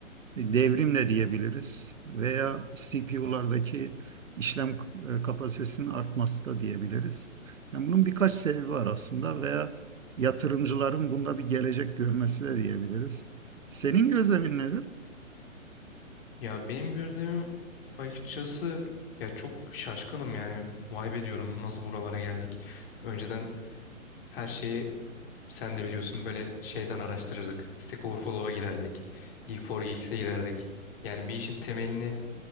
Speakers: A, on the right; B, on the left.
A: devrimle diyebiliriz veya CPU'lardaki işlem e, kapasitesinin artması da diyebiliriz. Yani bunun birkaç sebebi var aslında veya yatırımcıların bunda bir gelecek görmesi de diyebiliriz. Senin gözlemin nedir?
B: Ya benim gözlemim açıkçası ya çok şaşkınım yani. Vay be diyorum nasıl buralara geldik. Önceden her şeyi sen de biliyorsun böyle şeyden araştırırdık. Stack Overflow'a girerdik. Geek4Geeks'e girerdik. Yani bir işin temelini